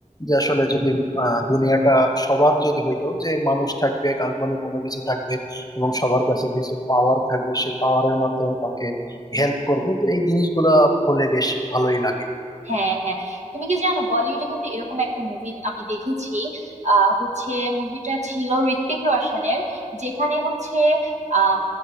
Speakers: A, on the left (about 30°); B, on the right (about 60°).
A: যে আসলে যদি আহ, দুনিয়াটা সবার যদি হইতো যে মানুষ থাকবে কাল্পনিক কোনো কিছু থাকবে এবং সবার কাছে কিছু পাওয়ার থাকবে সেই পাওয়ারের মাধ্যমে কাউকে হেল্প করবে তো এই জিনিসগুলা হলে বেশ ভালোই লাগে
B: হ্যাঁ হ্যাঁ তুমি কি জানো বলিউডে কিন্তু এরকম একটা মুভি আমি দেখেছি আহ হচ্ছে মুভিটা ছিল ঋত্বিক রোশনের যেখানে হচ্ছে আম,